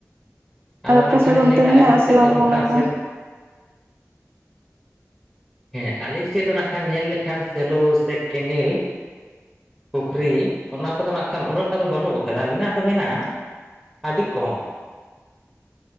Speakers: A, in the centre; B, on the right.
A: ᱟᱫᱚ
B: ᱟᱨ ᱟᱯᱮ
A: ᱱᱟᱜ ᱠᱷᱟᱱᱤᱧ
B: ᱥᱮᱫ ᱫᱚ ᱚᱱᱛᱮ
A: ᱞᱟᱹᱭᱫᱟ
B: ᱢᱮᱱᱟᱜ
A: ᱟᱹᱵᱤᱱ
B: ᱟ
A: ᱥᱮᱫ
B: ᱥᱮ
A: ᱫᱚ ᱚᱱᱠᱟ
B: ᱚᱱᱟ ᱠᱚ
A: ᱥᱮᱨᱢᱟ ᱦᱮᱸ ᱟᱹᱞᱤᱧ ᱥᱮᱫ ᱫᱚ ᱱᱟᱜᱼᱠᱷᱟᱱ ᱧᱮᱞ ᱞᱮᱠᱷᱟᱱ ᱥᱮᱞᱚ ᱥᱮ ᱠᱮᱱᱮᱞ ᱯᱩᱠᱷᱨᱤ ᱚᱱᱟ ᱠᱚᱫᱚ ᱱᱟᱜ ᱠᱷᱟᱱ ᱩᱱᱟᱹᱜ ᱴᱟ ᱫᱚ ᱵᱟᱹᱱᱩᱜ ᱠᱟᱫᱟ ᱢᱮᱱᱟᱜ ᱫᱚ ᱢᱮᱱᱟᱜᱼᱟ, ᱟᱹᱰᱤ ᱠᱚᱢ᱾